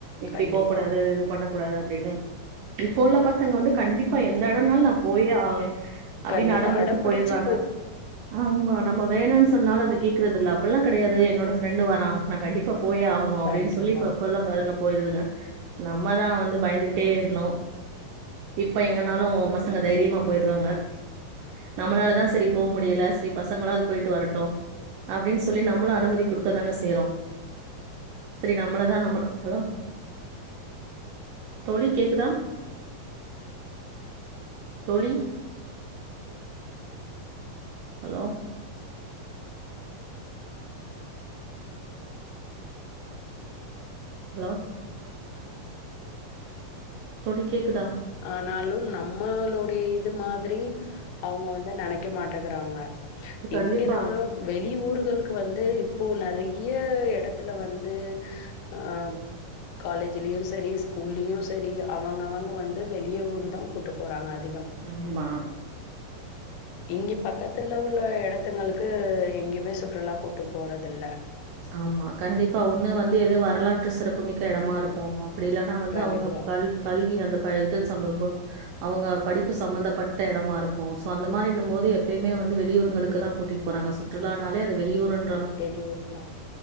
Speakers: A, on the right; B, on the left.
A: இப்டி
B: கண்டிப்பா
A: போ கூடாது இது பண்ண கூடாது அப்டின்னு இப்போ உள்ள பசங்க வந்து கண்டிப்பா எந்த எடனாலு நா போயே ஆவே அப்டின்
B: கண்டிப்பா
A: அடம் புடுச்சு
B: அடம்பிடிச்சு
A: போயிர்றாங்க ஆமா நம்ம வேணான் சொன்னாலு அதுக் கேக்குறதுல்ல அப்புல்லா கெடையாது என்னோட ஃப்ரெண்டு வரா நா கண்டிப் இப்ப போயே ஆகுணு
B: கண்டிப்பா
A: அப்டின் சொல்லி ப்ப இப்புள்ள <unintelligible> போயிருதுங்க நம்மதா வந்து பயந்துகிட்டே இருந்தோ இப்ப எங்கனாலு பசங்க தைரியமா போயிர்ராங்க நம்ளாலதா செரி போ முடில செரி பசங்களாது போயிட்டு வரட்டு அப்டின் சொல்லி நம்லு அனுமதி குடுக் க்க தான செய்றோ செரி நம்மளதா நம்ம ஹலோ தோழி கேக்கு தா தோழி ஹலோ ஹலோ தோழி கேக்குதா
B: ஆனாலு நம்மளோடய இது மாதிரி அவுங்க வந்து நெனைக்க மாட்ட கறாங்க
A: கண்டிப்பா.
B: எங்கினாலு வெளி ஊர் களுக்கு வந்து இப்போ நெறய எடத்துல வந்து ஆ காலேஜ்லியு செரி ஸ்கூல்லியு செரி அவங்கவங்க வந்து வெளிய ஊரு தா கூட்டு போறாங்க அது
A: <unintelligible> ம்மா
B: இங்க பக்கத்துல உள்ள எடத்துங்களுக்கு இங் கிமே சுற்றுலா கூட்டு போறதில்ல
A: ஆமா கண்டிப்பா ஒன்னு வந்து எதோ வரலாற்று சிறப்பு மிக்க எடமாருக்கு அப்டி இல்லனா வந்து
B: கண்டிப்பா.
A: அவுங்க கல் கல்வி அத ப்ப இது சம்ப ப அவங்க படிப்பு சம்பந்தப்பட்ட எடமாருக்கு சோ அந்த மாரிங்கபோது போது எப்பியுமே வந் வந்து வெளியூருங்களுக்கு தா கூட்டிட் போறாங்க சுற்றுலானாலே அது வெளியூறுந்
B: வெளி ஊரு தா